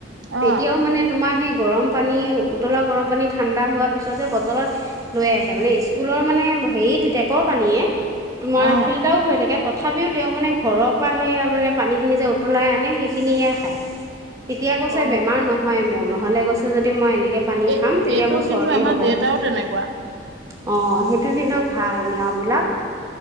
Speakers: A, on the right; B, on the right.
A: অ
B: এতিয়াও মানে তোমাৰ তোমাৰ সেই গৰম পানী উতলা গৰম পানী ঠাণ্ডা হোৱা পিছতে বটলত লৈ আহে মানে স্কুলৰ মানে হেৰি টেপৰ পানীয়ে তোমাৰ
A: অ
B: ফিল্টাৰও হৈ থাকে তথাপিও তেও মানে ঘৰৰ পৰা সেয়া মানে পানী খিনি যে উতলাই আনে সিখিনিহে খায়। পিছে
A: অ
B: বেমাৰ নহয় মোৰ ন <unintelligible> গৈছে যদি মই এনেক যেতিয়া পানী
A: এই
B: খাম তেতিয়া
A: এইটো
B: মোৰ চৰ্দি
A: কিন্তু আমাৰ
B: হ'ব
A: দেউতাও
B: অহ
A: তেনেকুৱা
B: সেইটো কিন্তু ভাল নিয়ম বিলাক